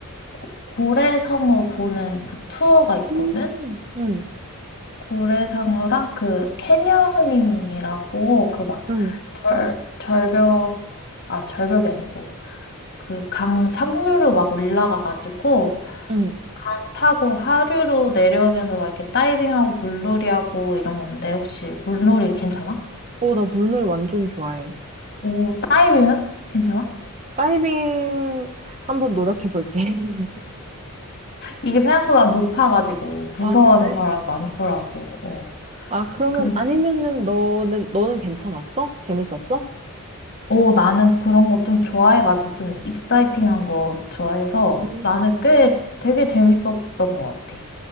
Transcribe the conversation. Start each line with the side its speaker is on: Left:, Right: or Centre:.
Left: 고- 고래상어 보는 그 투어가
Right: 음,
Left: 있거든?
Right: 응,
Left: 고래상어랑 그 캐녀닝이라고 그 막
Right: 응,
Left: 절, 절벽, 아, 절벽이 아니고 그 강 상류로 막 올라가가지고
Right: 응.
Left: 강 타고 하류로 내려오면서 막 이렇게 다이빙하고 물놀이하고 이런 건데 혹시 물놀이 괜찮아?
Right: 어, 나 물놀이 완전 좋아해.
Left: 오, 다이빙은? 괜찮아?
Right: 다이빙 한번 노력해 볼게. <laughs>
Left: 이게 생각보다 높아가지고 무서워하는
Right: 아, 그래?
Left: 사람 많더라고. 어.
Right: 아, 그러면
Left: 근데
Right: 아니면은 너는 너는 괜찮았어? 재밌었어?
Left: 어, 나는 그런 거 좀 좋아해가지고 좀 익사이팅한 거 좋아해서
Right: 음.
Left: 나는 꽤 되게 재밌었던 것 같아.